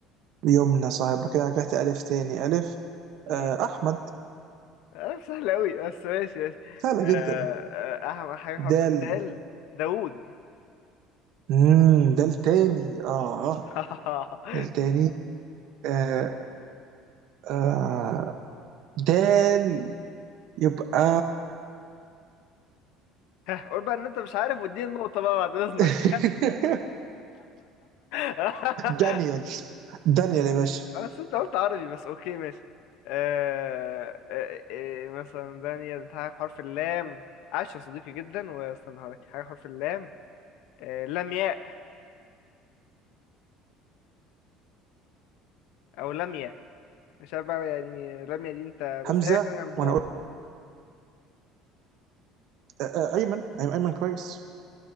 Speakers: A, on the right; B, on the left.
A: يمنى صاحب كده رجعت ألف تاني ألف
B: مم.
A: آه أحمد
B: آه سهل أوي بس ماشي ماشي
A: سهلة جدا
B: آه... آه... أهم حاجة حرف
A: دال
B: الدال داوود
A: مم دال تاني اه
B: <laughs>
A: دال تاني آه آه دال يبقى
B: ها، قول بقى ان انت مش عارف واديني النقطة بقى بعد اذنك
A: <laughs>
B: <laughs>
A: دانيال دانيال يا باشا
B: بس انت قلت عربي بس اوكي ماشي آه... آه... آه... مثلا دانيال انت عارف حرف اللام عاش يا صديقي جدا واستنى هقولك حاجة حرف اللام آه... لمياء او لمياء مش عارف بقى يعني لمياء دي انت بس
A: همزة
B: هي اخر همزة
A: وانا
B: عم-
A: اقول آه آه ايمن ايمن ايمن كويس